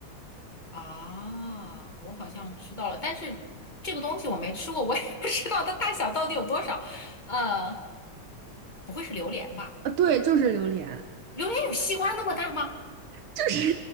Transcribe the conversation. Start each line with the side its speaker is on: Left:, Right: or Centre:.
Left: 啊？我好像知道了，但是这个东西我没吃过，我也 <laughs> 不知道它大小到底有多少。呃，不会是榴莲吧？
Right: 啊，对，就是榴莲，
Left: 榴莲有西瓜那么大吗？
Right: 就是